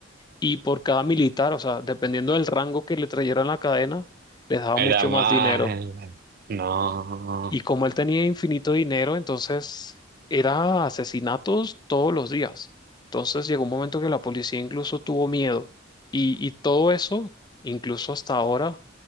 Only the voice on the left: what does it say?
Y por cada militar, o sea, dependiendo del rango que le trajeran la cadena, les daba mucho
más dinero.
Y como él tenía infinito dinero, entonces era asesinatos todos los días. Entonces llegó un momento que la policía incluso tuvo miedo. Y, y todo eso, incluso hasta ahora,